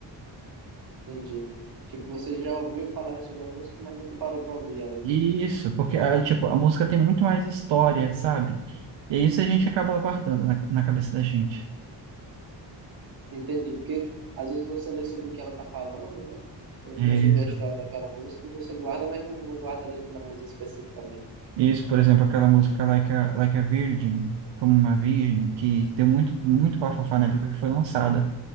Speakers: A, on the right (about 55°); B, on the right (about 80°).
A: Entendi. Tipo, você já ouviu falarem sobre a música, mas nunca parou para ouvir ela, né?
B: Isso, porque, ah, tipo, a música tem muito mais história, sabe? E isso a gente acaba guardando na, na cabeça da gente.
A: Entendi, porque às vezes você lê sobre o que ela tá falando, né? Ou então
B: É
A: sobre
B: Isso.
A: a história daquela música e você guarda, mas não, não guarda a letra da música especificamente.
B: Isso, por exemplo, aquela música Like a, Like a Virgin, como uma virgem, que deu muito, muito bafafá na época que foi lançada.